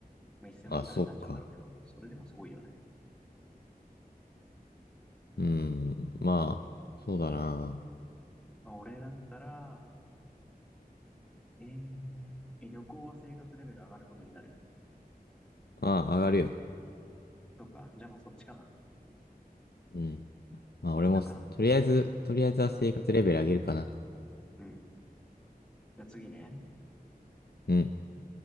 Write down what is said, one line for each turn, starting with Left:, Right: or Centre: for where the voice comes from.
Centre: まあ、1000万ぐらいになっちゃうんだろうけど、
Left: あ、そっか。
Centre: それでもすごいよね。
Left: うん、まあ、そうだな。
Centre: まあ、俺だったら、えー、え、旅行は生活レベル上がることになる。
Left: まあ、上がるよ。
Centre: そうか。じゃあまあそっちかな。
Left: うん。
Centre: そっちに使うかな。
Left: まあ、俺も、とりあえず、とりあえずは生活レベル上げるかな。
Centre: うん。じゃあ次ね。
Left: うん。